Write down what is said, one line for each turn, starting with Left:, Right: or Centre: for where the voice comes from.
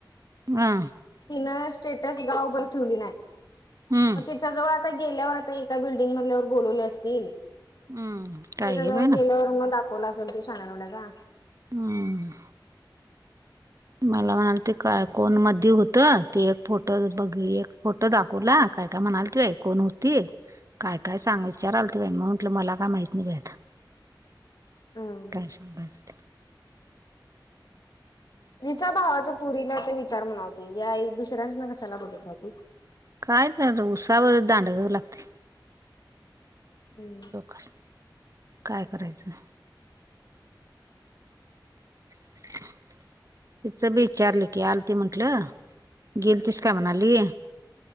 Right: हा.
Left: तिन स्टेटस गावभर ठेवली नाही.
Right: हम्म
Left: मग तिच्या जवळ आता गेल्यावर आता एका बिल्डिंग मधल्यावर बोलवले असतील.
Right: हम्म काय
Left: त्याच्या
Right: गे
Left: जवळ
Right: बाई ना
Left: गेल्यावर मग दाखवलं असेल तू शाना लवड्या चा. <unintelligible>
Right: हम्म. मला म्हणाल ते काय कोण म होत ते एक फोटो बघ एक फोटो दाखवला. काय काय म्हणाल ती बाई कोण होती काय? काय सांगा विचाराल त बा म म्हटलं मला काय माहित नाही बाई आता.
Left: हम्म.
Right: कालशमभजते <unintelligible>
Left: तिच्या भावाच्या पुरीला ते विचार म्हणाव <unintelligible> की या दुसऱ्यांच ना, कशाला बोलत राती
Right: कायच नाही उसावर दांड करू लागते.
Left: हम्म
Right: लोक काय करायचं <unintelligible> तिचं बी विचारलं की आल ती म्हंटल गेलतीस का म्हणाली.